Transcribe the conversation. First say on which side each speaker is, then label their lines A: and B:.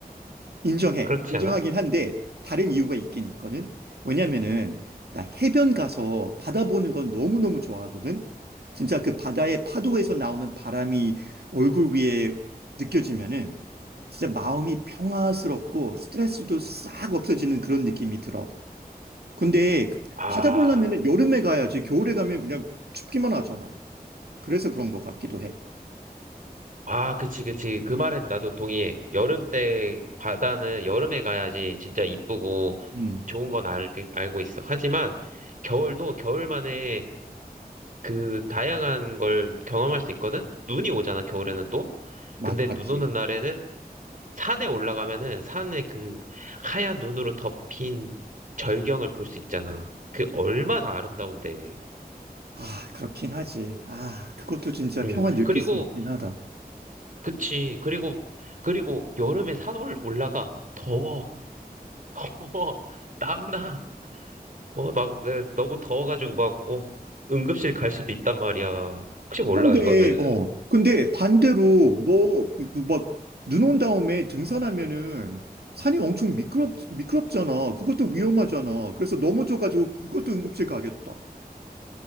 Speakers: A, on the right (about 80°); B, on the right (about 55°).
A: 인정해.
B: 그렇지
A: 인정하긴
B: 않아?
A: 한데 다른 이유가 있긴 있거든. 왜냐면은 나 해변 가서 바다 보는 건 너무너무 좋아하거든. 진짜 그 바다의 파도에서 나오는 바람이 얼굴 위에 느껴지면은 진짜 마음이 평화스럽고 스트레스도 싹 없어지는 그런 느낌이 들어. 근데 그
B: 아,
A: 바다 보려면은 여름에 가야지. 겨울에 가면 그냥 춥기만 하잖아. 그래서 그런 것 같기도 해.
B: 아, 그치, 그치. 그 말은 나도 동의해. 여름 때 바다는 여름에 가야지 진짜 이쁘고
A: 음,
B: 좋은 건 알, 알고 있어. 하지만 겨울도 겨울만의 그 다양한 걸 경험할 수 있거든? 눈이 오잖아, 겨울에는 또.
A: 맞,
B: 근데
A: 맞지.
B: 눈 오는 날에는 산에 올라가면은 산에 그 하얀 눈으로 덮인 절경을 볼 수 있잖아. 그 얼마나 아름다운데.
A: 아, 그렇긴 하지. 아, 그것도 진짜
B: 응.
A: 평화 느낄
B: 그리고
A: 수 있긴 하다.
B: 그치. 그리고 그리고 여름에 산을 올라가 더워. 더워. 땀나. 어, 나 내가 너무 더워가지고 막 어, 응급실 갈 수도 있단 말이야. 혹시 몰라
A: 근데,
B: 이거는.
A: 어, 근데 반대로 너, 그, 그 막, 눈 온 다음에 등산하면은 산이 엄청 미끄럽, 미끄럽잖아. 그것도 위험하잖아. 그래서 넘어져가지고 그것도 응급실 가겠다.